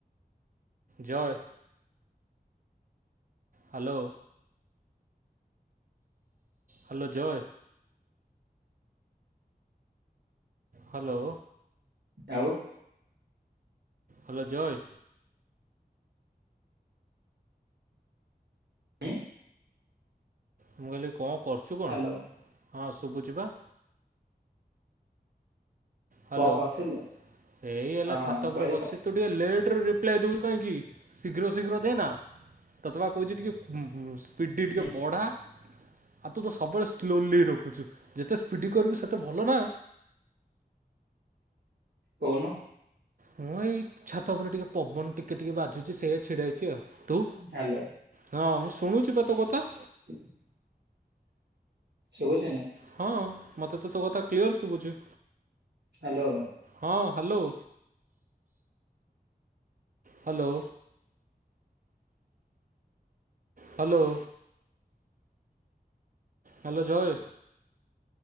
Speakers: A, on the right; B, on the right.
A: ଜୟେ ହାଲୋ। ହାଲୋ ଜୟ। ହାଲୋ।
B: ଆଉ
A: ହାଲୋ ଜୟେ।
B: <inaudible>
A: ମୁଁ କହିଲି କଣ କରୁଛୁ କଣ
B: ହାଲୋ
A: ହଁ ଶୁଭୁଚି ବା। ହାଲୋ।
B: କଣ କରୁଥିଲୁ?
A: <inaudible> ଏଇ ଏଇଲା
B: ହଁ
A: ଛାତ
B: ମୁଁ
A: ଉପରେ
B: କହିଲି
A: ବସିଚି। ତୁ ଟିକେ ଲେଟ୍ ରେ ରିପ୍ଲାଏ ଦୋଉଛୁ କାହିଁକି ଶୀଘ୍ର ଶୀଘ୍ର ଦେନା। ତତେ ବା କହୁଛି ଟିକେ ଉ ଉ ସ୍ପିଡ଼ି
B: ଉଁ
A: ଟିକେ ବଢ଼ା। ଆଉ ତୁ ତ ସବୁବେଳେ ସ୍ଲୋଲି ରଖୁଛୁ ଯେତେ ସ୍ପିଡ଼ି କରିବୁ ସେତେ ଭଲ ନା।
B: କହୁନୁ?
A: ମୁଁ ଏଇ ଛାତ ଉପରେ ଟିକେ ପବନ ଟିକେ ଟିକେ ବାଜୁଛି ସେଇଆ ଛିଡ଼ା ହେଇଛି ଆଉ ତୁ?
B: ହ୍ୟାଲୋ।
A: ହଁ ମୁଁ ଶୁଣୁଚି ଵା ତୋ କଥା।
B: <inaudible> ଶୁଭୁଚି ନା।
A: ହଁ ମତେ ତ ତୋ କଥା କ୍ଲିଅର୍ ଶୁଭୁଚି।
B: ହ୍ୟାଲୋ।
A: ହଁ hello. Hello. Hello. Hello Jay.